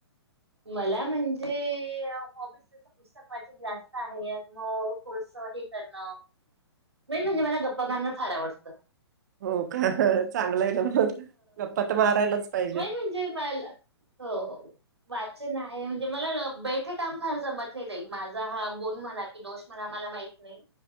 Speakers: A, on the right; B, on the right.
A: मला म्हणजे हॉबीस. पुस्तक वाचित जास्त आहे मग कोर्स हे करणं. मेन म्हणजे मला गप्पा मारणं फार आवडतं.
B: हो का चांगलं आहे ना म गप्पा तर मारायलाच. पाहिजे
A: मेन म्हणजे मला हो. वाचन आहे म्हणजे मला बैठे काम फार जमत नाही त माझा हा गुण म्हणा की दोष्ट. मला मला माहित नाही.